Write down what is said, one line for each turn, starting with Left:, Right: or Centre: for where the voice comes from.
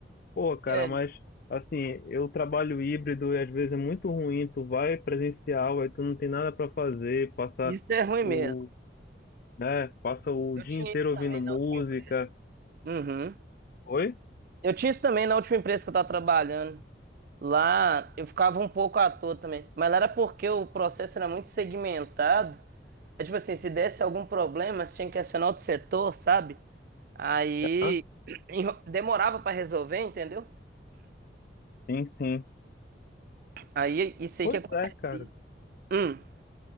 Left: Pô, cara,
Right: é,
Left: mas assim, eu trabalho híbrido e às vezes é muito ruim, tu vai presencial, aí tu não tem nada pra fazer, passa
Right: isso é ruim
Left: o,
Right: mesmo.
Left: né, passa o
Right: Eu
Left: dia
Right: tinha
Left: inteiro
Right: isso também
Left: ouvindo música.
Right: na última empresa. Uhum.
Left: Oi?
Right: Eu tinha isso também na última empresa que eu tava trabalhando. Lá eu ficava um pouco à toa também. Mas lá era porque o processo era muito segmentado. É tipo assim, se desse algum problema, você tinha que acionar outro setor, sabe? Aí
Left: Ah,
Right: <clears throat> enro- demorava pra resolver, entendeu?
Left: sim, sim.
Right: Aí isso aí
Left: Pois
Right: que acontecia.
Left: é, cara.
Right: Hum,